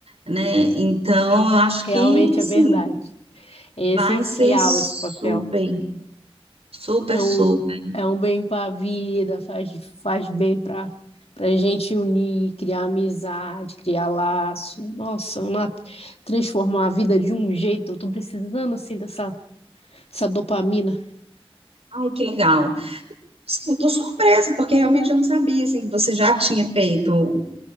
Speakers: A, on the right; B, on the left.
A: né? Então,
B: <laughs>
A: eu acho
B: Realmente
A: que assim
B: é verdade. É
A: vai
B: essencial
A: ser super,
B: esse papel.
A: super,
B: É
A: super.
B: um, é um bem para a vida, faz, faz bem para para a gente unir, criar amizade, criar laço. Nossa, uma- transformar a vida de um jeito. Eu tô precisando assim dessa essa dopamina.
A: Ai, que legal. Sim, eu tô surpresa, porque realmente eu não sabia assim, que você já tinha feito.